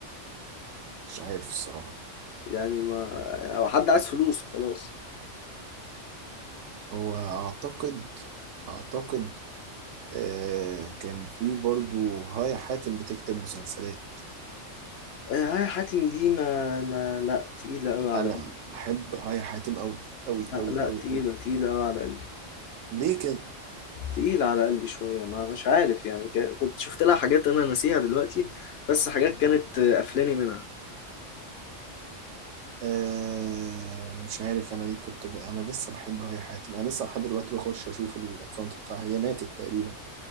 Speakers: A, on the right; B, on the left.
A: مش عارف الصراحة
B: يعني ما حد عايز فلوس وخلاص
A: هو اعتقد اعتقد آه كان في برضو هايا حاتم بتكتب مسلسلات
B: آه، هاي حاتم دي ما, ما لا تقيلة قوي على
A: انا
B: قلبي
A: بحب هايا حاتم قوي قوي
B: لا
A: قوي
B: لا،
A: قوي
B: تقيلة
A: قوي
B: تقيلة قوي على قلبي
A: ليه كده
B: تقيلة على قلبي شوية ما مش عارف يعني ك- كنت شفت لها حاجات أنا ناسيها دلوقتي بس حاجات كانت آه، قفلاني منها
A: آه مش عارف انا ليه كنت ب... انا لسه بحبها هي حياتي انا لسه لحد دلوقتي بخش اشوف الاكونت بتاعها هي ماتت تقريبا